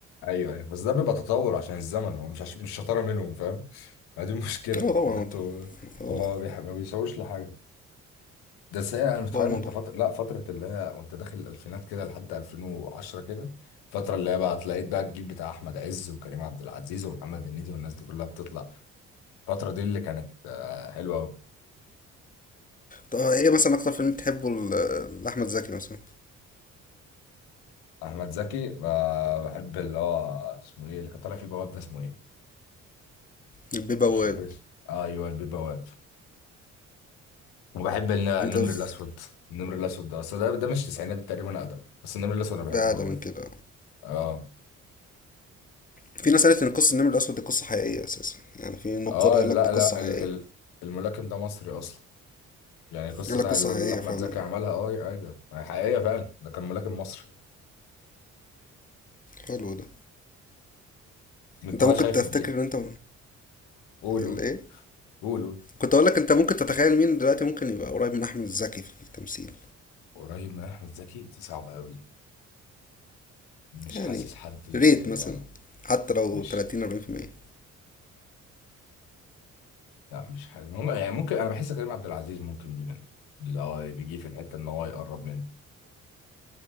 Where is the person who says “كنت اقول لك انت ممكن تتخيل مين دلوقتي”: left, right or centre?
Left